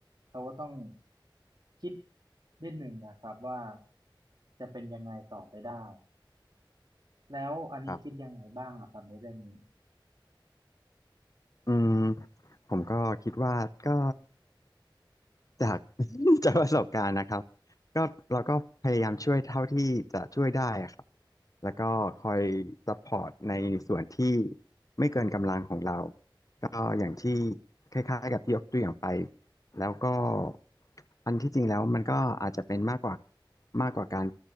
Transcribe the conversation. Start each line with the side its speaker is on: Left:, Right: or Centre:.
Right: เขาก็ต้องคิดนิดหนึ่งนะครับว่าจะเป็นยังไงต่อไปได้แล้วอันนี้คิดยังไงบ้างล่ะครับในเรื่องนี้
Left: ครับอืมผมก็คิดว่าก็จาก <laughs> จากประสบการณ์นะครับก็เราก็พยายามช่วยเท่าที่จะช่วยได้ครับ แล้วก็คอยซัพพอร์ตในส่วนที่ไม่เกินกำลังของเราก็อย่างที่คล้ายๆกับที่ยกตัวอย่างไปแล้วก็อันที่จริงแล้วมันก็อาจจะเป็นมากกว่ามากกว่าการ